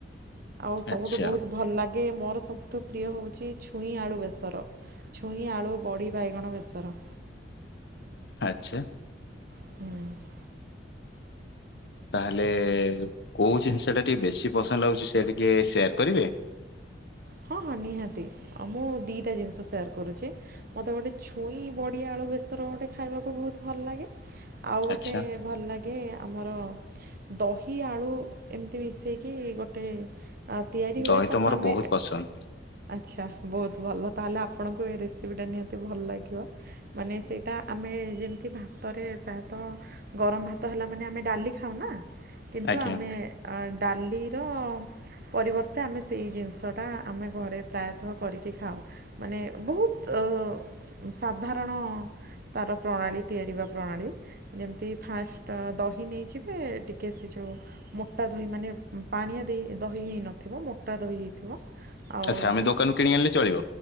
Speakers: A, on the right (about 55°); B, on the left (about 65°).
A: ଆଉ ସବୁଠୁ
B: ଆଚ୍ଛା,
A: ବହୁତ ଭଲ ଲାଗେ ମୋର ସବୁ ଠୁ ପ୍ରିୟ ହେଉଛି ଛୁଇଁ ଆଳୁ ବେସର ଛୁଇଁ ଆଳୁ ବଡ଼ି ବାଇଗଣ ବେସର।
B: ଆଚ୍ଛା।
A: ହଁ
B: ତାହେଲେ କୋଉ ଜିନିଷ ଟା ଟିକେ ବେଶୀ ପସନ୍ଦ ଲାଗୁଛି ସେ ଟିକେ ସେୟାର କରିବେ।
A: ହଁ ହଁ ନିହାତି ଆଉ ମୁଁ ଦିଟା ଜିନିଷ ସେୟାର କରୁଚି ମତେ ଗୋଟେ ଛୁଇଁ ବଡିଆ ଆଳୁ ବେସର ଗୋଟେ ଖାଇବାକୁ ବହୁତ ଭଲ ଲାଗେ ଆଉ ଗୋଟେ
B: ଆଚ୍ଛା,
A: ଭଲ ଲାଗେ ଆମର ଦହି ଆଳୁ ଏମିତି ମିଶେଇକି ଗୋଟେ ତିଆରି
B: ଦହି
A: ହୁଏ ତାକୁ
B: ତ ମୋର
A: ଆମେ
B: ବହୁତ ପସନ୍ଦ।
A: ଆଛା ବହୁତ ଭଲ ତାହେଲେ ଆପଣଙ୍କୁ ଏ ରେସିପିଟା ନିହାତି ଭଲ ଲାଗିବ ମାନେ ସେଇଟା ଆମେ ଯେମିତି ଭାତରେ ପ୍ରାୟତଃ ଗରମ ଭାତ ହେଲା ମାନେ ଆମେ ଡାଲି ଖାଉ ନା କିନ୍ତୁ
B: ଆଜ୍ଞା,
A: ଆମେ ଆ ଡାଲିର ପରିବର୍ତ୍ତେ ଆମେ ସେଇ ଜିନିଷଟା ଆମେ ଘରେ ପ୍ରାୟତଃ କରିକି ଖାଉ ମାନେ ବହୁତ ସାଧାରଣ ତାର ପ୍ରଣାଳୀ ତିଆରିିବା ପ୍ରଣାଳୀ ଯେମିତି ଫାଷ୍ଟ ଦହି ନେଇଯିବେ ଟିକେ ସେ ଯେଉ ମୋଟା ଦହି ମାନେ ପାଣିଆ ଦେଇ ଦହି ହେଇନଥିବ ମୋଟା ଦହି ହେଇଥିବ। ଆଉ
B: ଆଚ୍ଛା ଆମେ ଦୋକାନରୁ କିଣି ଆଣିଲେ ଚଳିବ?